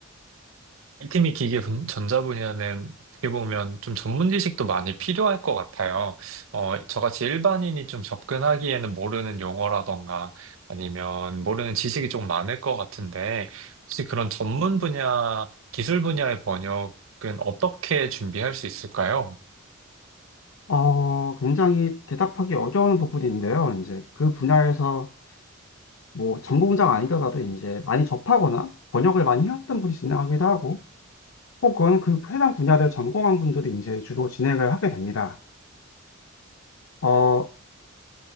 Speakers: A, on the right; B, on the left.
A: 팀이 기계 분- 전자 분야는 어떻게 보면 좀 전문 지식도 많이 필요할 것 같아요. 어, 저같이 일반인이 좀 접근하기에는 모르는 용어라던가 아니면 모르는 지식이 좀 많을 것 같은데 혹시 그런 전문 분야, 기술 분야의 번역은 어떻게 준비할 수 있을까요?
B: 어, 굉장히 대답하기 어려운 부분인데요. 이제 그 분야에서 뭐 전공자가 아니더라도 이제 많이 접하거나 번역을 많이 해왔던 분이 진행하기도 하고, 혹은 그 해당 분야를 전공한 분들이 이제 주로 진행을 하게 됩니다. 어,